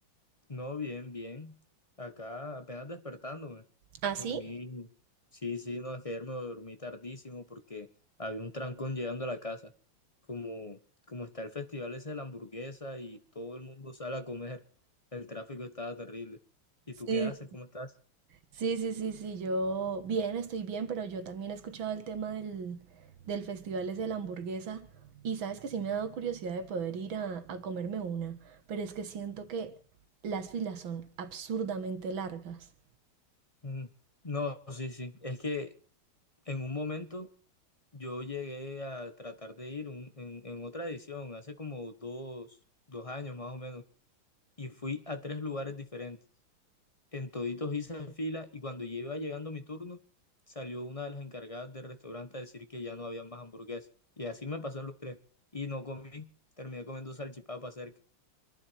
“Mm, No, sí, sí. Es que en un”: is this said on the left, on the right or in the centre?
Left